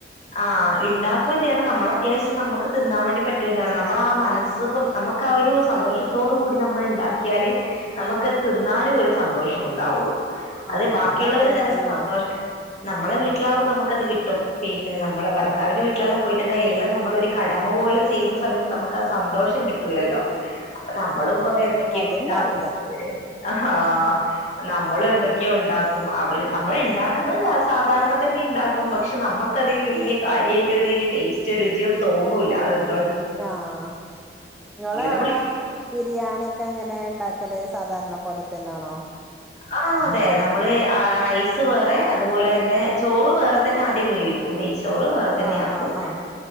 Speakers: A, on the left; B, in the centre.
A: ആഹ് ഇണ്ടാക്കൂ ചെയ്യണം, നമ്മളത്യാവശ്യം നമുക്ക് തിന്നാൻ വേണ്ടി പറ്റൂം ചെയ്യണം. നമ്മളാ മനസ്സുഖം നമക് ക്കാ ഒരു സന്തോഷത്തോട് കൂടി നമ്മൾ ഇണ്ടാക്കിയാലേ നമുക്ക് തിന്നാനും ഒരു സന്തോഷ ണ്ടാവൂള്ളു. അത്
B: ആഹ്
A: ബാക്കിയുള്ളവര്
B: അതങ്ങനെ
A: തരണ്ട,
B: തന്നെയാണ്
A: ഭർത്താവ് <inaudible> നമ്മള വീട്ടിലാകുമ്പോ നമുക്കത് കിട്ടും. പിന്നെ നമ്മള് ഭർത്താവിന്റെ വീട്ടിലെല്ലം പോയിട്ടുണ്ടെങ്കി എല്ലം നമ്മള് ഒരു കടമ പോലെ ചെയ്യുന്ന സമയത്ത് നമക് ക്കാ സന്തോഷം കിട്ടൂലല്ലോ? അപ്പൊ നമ്മളും കൊറേ എന്തൊക്കെയോ
B: അത്ണ്ടാവൂല
A: ഇണ്ടാക്കേണ്ടി വരും. ഹാ നമ്മളു എന്തൊക്കെയാ ഇണ്ടാക്കും. അവര്, നമ്മള് ഇണ്ടാക്ക്ന്നത് സാധാരണ തന്നെയാ ഇണ്ടാ ക്കും. പക്ഷെ നമ്മക്കതില് വല്യ കാര്യായിട്ടൊരു ടേസ്റ്റ് രുചിയൊന്നും തോന്നൂല. അതെന്ത്
B: ആഹ് നിങ്ങള്
A: നമ്മൾ
B: അവിടെ ബിരിയാണിയക് ക്കെ എങ്ങനേ ഇണ്ടാക്കല്? സാധാരണ പോലെ തന്നാണോ?
A: ആഹ് അതെ. നമ്മള് റൈസ് വേറെ അതുപോലെന്നെ ചോറ് വേറെ തന്നെ ആദ്യം വേവിക് നെയ്ച്ചോറ് വേറെ തന്നെ
B: ആഹ്
A: ആക്കും
B: ആഹ് ആഹ്